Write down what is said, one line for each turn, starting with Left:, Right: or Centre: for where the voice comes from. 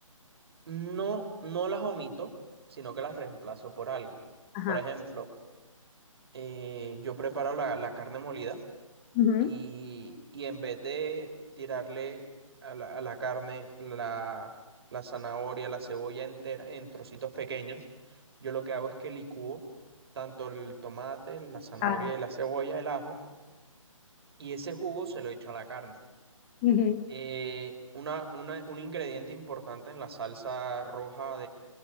Right: no, no las omito, sino que las reemplazo por algo.
Left: ajá.
Right: Por ejemplo, eh, yo preparo la, la carne molida
Left: Ujú,
Right: y, y en vez de tirarle a la, a la carne la, la zanahoria, la cebolla entera en trocitos pequeños, yo lo que hago es que licúo tanto el tomate, la zanahoria
Left: Claro.
Right: y la cebolla, el ajo, y ese jugo se lo echo a la carne.
Left: ujú.
Right: Eh, una, una- un ingrediente importante en la salsa roja